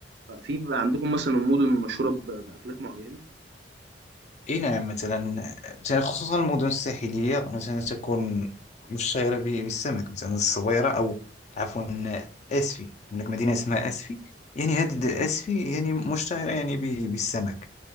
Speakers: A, on the right; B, on the left.
A: ففي بيبقى عندكم مثلًا مدن مشهورة ب بأكلات معينة؟
B: إي نعم مثلا مثلا خصوصا المدن الساحلية مثلا تكون مشهورة ب- بالسمك مثلا الصويرة أو عفوا أسفي هناك مدينة اسمها أسفي يعني هذه د- أسفي يعني مشتهرة يعني ب- بالسمك